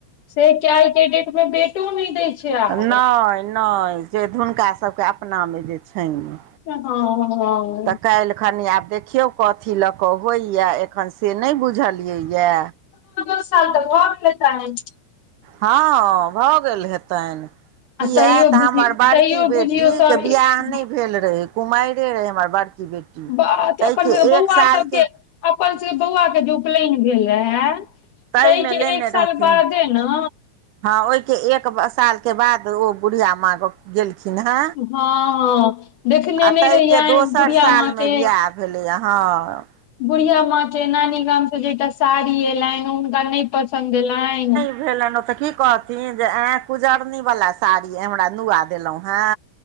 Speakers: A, on the left; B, on the right.
A: से के आइ के डेट में, बेटो नै दय छै। आब
B: नय, नय, से हुनकासबके अपनामे जे छनि।
A: हँ।
B: तऽ काल्हिखनि आब देखियौ कथी लऽ कऽ होइए, एखन से नहि बुझलियैयए।
A: नौ दस साल त भ गेल हेतइन।
B: हँ भऽ गेल हेतईन।
A: आ
B: किया
A: तैयो
B: तऽ
A: बुझि
B: हमर बड़की
A: तैयो
B: बेटी
A: बुझियौ सब
B: के बियाह नय
A: हँ
B: भेल रहै, कुमाइरे रहे हमर बड़की बेटी। ताहिके
A: बथ अपन सभके बौआ
B: एक सालके
A: सबके, अपन सभके बौआ के जे उपनयन भेल रहे।
B: ताहिमे
A: तै के
B: लेने
A: एक साल
B: रहथिन
A: बादे ने।
B: हँ, ओहि छे एक सालके बाद ओ बुढ़िया माँ के। गेलखिन हे,
A: हँ देखने
B: आ
A: नहि
B: तैइ
A: रहियनि
B: के दोसर
A: बुढ़िया
B: साल
A: माँ के
B: मे बियाह भेलै यै हाँ।
A: बुढ़िया माँ के नानी गामसँ जे एकटा साड़ी एलनि, हुनका नहि पसंद एलनि।
B: भेलाइन ओ तऽ की कहथिन, जे ओत कुजरनी वाला साड़ी। हमरा नुआ देलौ हे,